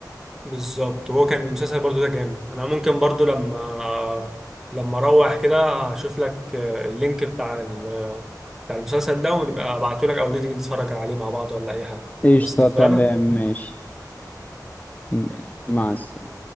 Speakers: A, in the centre; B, on the left (about 20°).
A: بالظبط هو كان المسلسل برضو ده جامد انا ممكن برضو لما لما اروح كده هشوف لك آه، اللينك بتاع ال... بتاع المسلسل ده ونبقى ابعته لك او نيجي نتفرج عليه مع بعض ولا اي حاجه
B: قشطة
A: خلاص اتفقنا
B: تمام ماشي ماشي مع السلامة